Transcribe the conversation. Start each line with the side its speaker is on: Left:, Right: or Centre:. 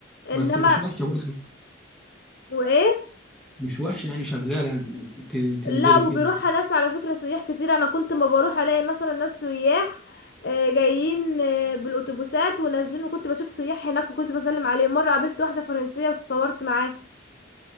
Left: إنما
Centre: بس مش وحشه برضه
Left: وإيه
Centre: مش وحشه يعني شغاله يعني ت- تنزلي
Left: لا وبيروحها
Centre: فيها
Left: ناس على فكرة سياح كتير أنا كنت ما بروح ألاقي مثلا ناس سياح آه، جايين آه، بالأتوبيسات ونازلين وكنت بشوف سياح هناك وكنت بسلم عليهم مرة قابلت واحدة فرنسية وصورت معاها